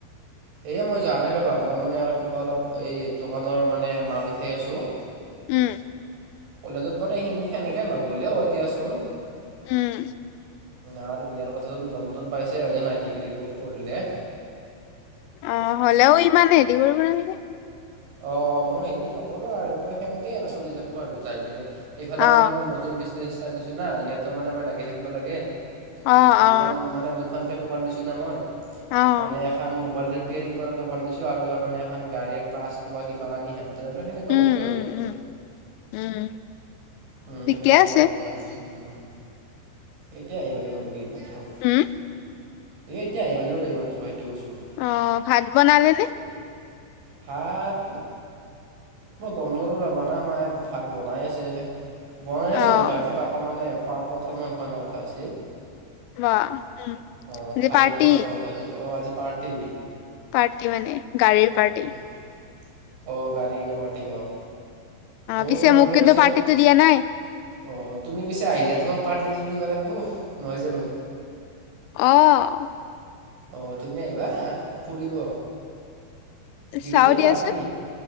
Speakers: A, on the right (about 80°); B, on the left (about 80°).
A: এই মই যোৱা নাই ৰ'বা। মোৰ মানে আৰু কিবা অলপ এই দোকানৰ মানে মাল উঠাই আছো
B: উম।
A: কলেজত বাৰু সেন-সেনেকে নগ'ললেও হয় দিয়াচোন।
B: উম।
A: আৰু বিয়াৰ কথাটোন গম চম পাইচাই হয়নে নাই ডিগ্ৰী পঢ়িলে
B: অ হ'লেও ইমান হেৰি কৰিব নালাগে।
A: অ মই হেৰি নকৰো আৰু সেনেকে আৰু চলি থাকো আৰু যাই পিনে। এইফালে
B: অ
A: মানে মই নতুন বিজনেছ ষ্টাৰ্ট দিছোঁ না, ইয়াতো মানে মই লাগি থাকিব লাগে।
B: অ
A: দুখন
B: অ
A: মানে দুখনকে দোকান দিছো না মই
B: অ
A: মানে এ এখন মোবাইল ৰিপেয়াৰিং কৰা দোকান দিছো আৰু মানে এখন গাৰি পাছ পোৱা কিবা কাৰণে তেনেদৰে সেনেকুৱা
B: উম,
A: বস্তু আৰু।
B: উম, উম, উম।
A: উম
B: ঠিকে
A: সেইবিলাক পোৱা
B: আছে।
A: দোকান এখন দিছো আৰু উম। এতিয়া আহি পালো আৰু এই মাত্ৰ।
B: উম,
A: এ এতিয়া আহি পালো আৰু এই মাত্ৰ সেইটো কৈছো।
B: অ, ভাত বনালেনে?
A: ভাত মই গম নাপাওঁ আৰু না মায়ে ভাত বনাই আছে বনাই
B: অ',
A: আছে পা, আজি পাপা মানে পা-পাথাৰ মাংস অনাৰ কথা আছিল
B: বা উম,
A: অ'
B: যে
A: খাহি
B: পাৰ্টি,
A: মাংস অনা কথা আছিল, অ' আজি পাৰ্টি।
B: পাৰ্টি মানে, গাড়ীৰ পাৰ্টি।
A: অ' গাড়ী কিনে পাৰ্টি অহ। অ
B: পিছে
A: তোমালোকে
B: মোক কিন্তু
A: পিছে
B: পাৰ্টিটো দিয়া নাই।
A: অঁ তুমি পিছে আহিলে তোমাক পাৰ্টিটো দিবা লাগিব, নহয় জানো।
B: অহ।
A: অ তুমি আহিবা ফুৰিব দিম
B: চাও
A: দিয়া
B: দিয়াচোন।
A: পাৰ্টি,